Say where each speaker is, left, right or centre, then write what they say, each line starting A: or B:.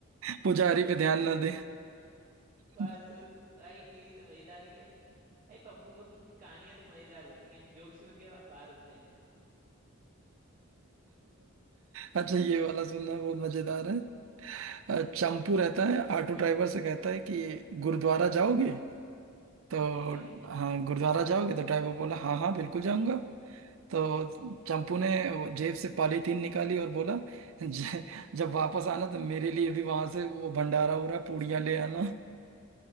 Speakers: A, on the right; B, on the right.
A: <laughs> पुजारी पे ध्यान ना दे
B: बस
A: <laughs>
B: भाई यही तो मजेदारी है भाई पप्पू गप्पू की कहानियां तो मजेदार होती हैं जोक्स ही उनके पार होते हैं
A: अच्छा ये वाला सुनना बहुत मजेदार है अ, चंपू रहता है ऑटो ड्राइवर से कहता है कि गुरुद्वारा जाओगे तो
B: ठीक है
A: हाँ गुरुद्वारा जाओगे तो ड्राइवर बोला हाँ हाँ बिल्कुल जाऊंगा तो चंपू ने वो जेब से पॉलीथीन निकाली और बोला "ज- जब वापस आना तो मेरे लिए भी वहां से वो भंडारा हो रहा है पूड़ियां ले आना